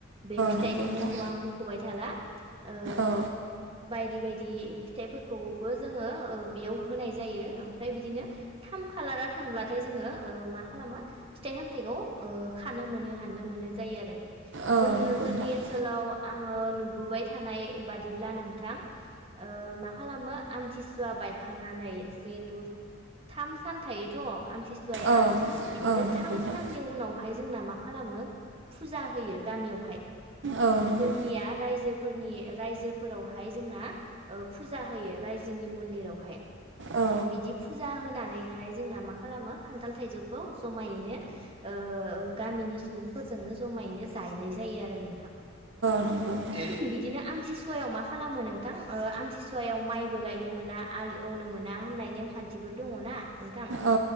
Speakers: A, on the right; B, on the right.
A: बे फिथाइनि
B: नंगौ नोंथां
A: मुंखौ आं मखबाय थाला ओ
B: औ
A: बायदि बायदि। बि फिथाइफोर खौबो जोङो बेयाव होनाय जायो आमफ्राय बिदिनो थाम खालारा थांब्लाथाय जोङो ओ मा खालामो फिथाइ सामथायाइखौ खानो मोनो हाननो मोनो जायो आरो।
B: औ
A: जोंनो
B: नंगौ
A: जोंनि
B: नोंथां
A: ओनसोलाव आङो नुबोबाय थानाय बादिब्ला नोंथां ओ मा मा खालामो आमथिसुवा बायखांनानै जिहेथु थाम सान थायोथ आमथिसुवाया
B: औ
A: बिदिनो
B: औ नंगौ
A: थाम
B: नोंथां
A: साननि उनावहाय जोंना मा खालामो फुजा होयो गामियावहाय
B: औ नंगौ
A: जोंनिया रायजोफोरनि राइजोफोरावहाय जोंना ओ फुजा होयो रायजोनि मन्दिरावहाय
B: औ
A: बिदि फुजा <unintelligible>
B: नंगौ नोंथां
A: सुवायाव माइबो गायनो मोना हाल एवनो मोना होननाय नेमखान्थिफोर दङना। नोंथां
B: औ